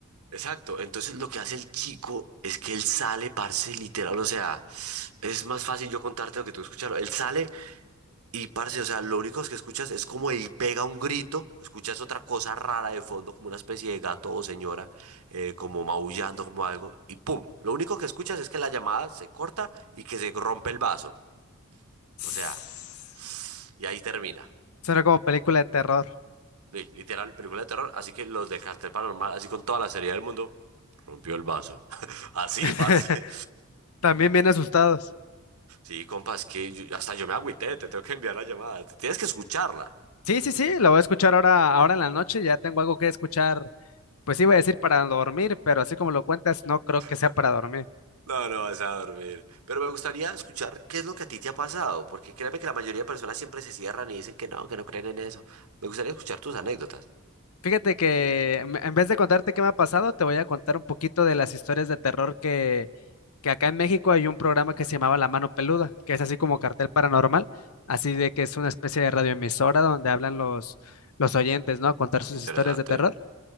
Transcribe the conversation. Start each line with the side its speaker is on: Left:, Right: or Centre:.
Right: Exacto, entonces lo que hace el chico es que él sale, parce, literal, o sea, es más fácil yo contarte lo que tú escucharlo. Él sale y, parce, o sea, lo único que escuchas es como él pega un grito, escuchas otra cosa rara de fondo, como una especie de gato o señora, eh, como maullando, como algo, y pum, lo único que escuchas es que la llamada se corta y que se rompe el vaso,
Left: Suena
Right: o sea, y ahí termina.
Left: como película de terror.
Right: Sí, literal, película de terror, así que los de Cartel Paranormal, así con toda la seriedad del mundo, rompió el vaso. <laughs> Así,
Left: <laughs>
Right: parce.
Left: También bien asustados.
Right: Sí, compas, que yo- hasta yo me agüité, te tengo que enviar la llamada, te- tienes que escucharla.
Left: Sí, sí, sí, la voy a escuchar ahora, ahora en la noche. Ya tengo algo que escuchar. Pues iba a decir para dormir, pero así como lo cuentas, no creo que sea
Right: No,
Left: para dormir.
Right: no, no vas a dormir. Pero me gustaría escuchar qué es lo que a ti te ha pasado, porque créeme que la mayoría de personas siempre se cierran y dicen que no, que no creen en eso. Me gustaría escuchar tus anécdotas.
Left: Fíjate que en en vez de contarte qué me ha pasado, te voy a contar un poquito de las historias de terror que, que acá en México hay un programa que se llamaba La Mano Peluda, que es así como cartel paranormal, así de que es una especie de radioemisora donde hablan los, los oyentes, ¿no? A contar sus
Right: Interesante,
Left: historias de terror.